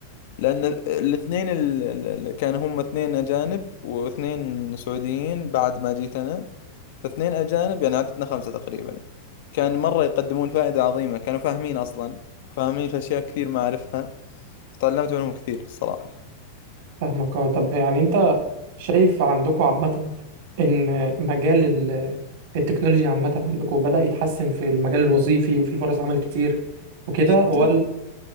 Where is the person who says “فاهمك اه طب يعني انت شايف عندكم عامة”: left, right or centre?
Right